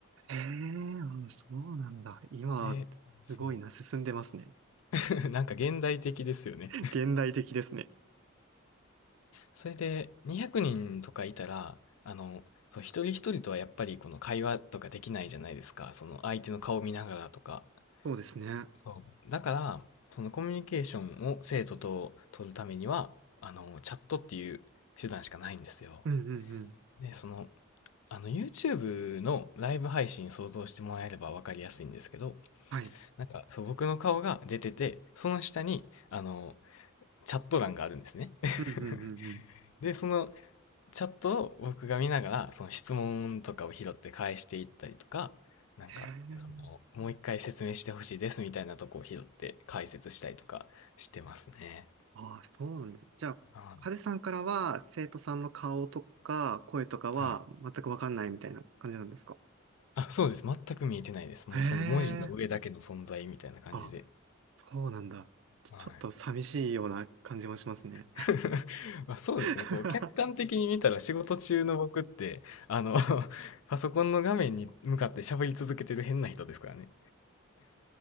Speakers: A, on the right; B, on the left.
A: へえ、あ、そうなんだ。今、
B: で、そう。
A: すごいな、進んでますね。
B: <laughs> なんか現代的ですよね。
A: <laughs> 現代的ですね。
B: それで200人とかいたら、あの、そう、一人一人とはやっぱりこの会話とかできないじゃないですか。その相手の顔を見ながらとか。
A: そうですね。
B: そう。だから、そのコミュニケーションを生徒と取るためには、あの、チャットっていう手段しかないんですよ。
A: うんうんうん。
B: で、その、あの、YouTube のライブ配信想像してもらえればわかりやすいんですけど、
A: はい。
B: なんか、そう、僕の顔が出てて、その下に、あの、チャット欄があるんですね。<laughs>
A: うんうんうんうん。
B: で、そのチャットを僕が見ながら、その質問とかを拾って返していったりとか、なんか、
A: へえ。
B: その、もう一回説明してほしいですみたいなとこを拾って解説したりとかしてますね。
A: ああ、そうなんです。じゃあ、
B: あーは
A: ハデさんからは、生徒さんの顔とか、声とかは、
B: い。はい
A: 全くわかんないみたいな感じなんですか
B: あ、そうです。全く見えてないです。もうその文字の上だけの存在みたいな感じで。
A: へえ。あそうなんだ。ちょ、
B: はい。
A: ちょっと寂しいような感じもしますね。
B: <laughs> まあ、そうですね。
A: <laughs>
B: こう、客観的に見たら仕事中の僕って、あの <laughs> パソコンの画面に向かって喋り続けてる変な人ですからね。